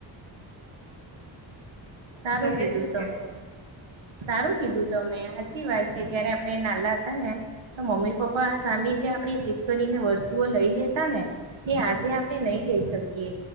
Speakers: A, on the right; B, on the right.
A: સારું
B: તમે
A: કીધું
B: શું
A: તો
B: કેવા
A: <inaudible> સારું કીધું તો મેમે સાચી વાત છે જયારે આપે નાલા હતા ને તો મમ્મી પપ્પા સામે જે આપણે જીત કરીને વસ્તુઓ લઈ લેતા ને તે આજે આપણે નહી લઈ શકીએ.